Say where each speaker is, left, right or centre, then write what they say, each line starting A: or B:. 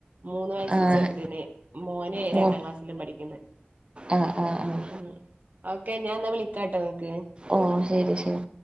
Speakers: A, on the right (about 45°); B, on the right (about 25°).
A: മൂന്ന് വയസ്
B: ആഹ്
A: ചെറുതിന് മോന്
B: മൂന്ന്
A: രണ്ടാം ക്ലാസ്. പിന്നെ പഠിക്കുന്നേ
B: ആഹ് ആഹ് ആഹ്
A: ഉം ഓക്കെ ഞാൻവിളിക്കാട്ടെ ങ്ങക്ക്
B: ഓ ശരി ശരി